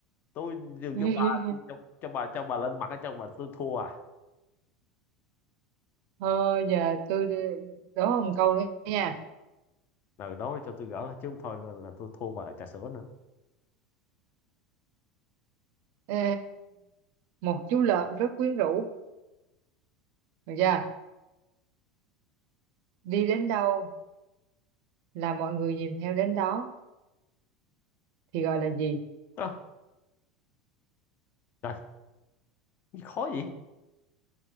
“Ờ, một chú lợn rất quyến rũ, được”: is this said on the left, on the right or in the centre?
Right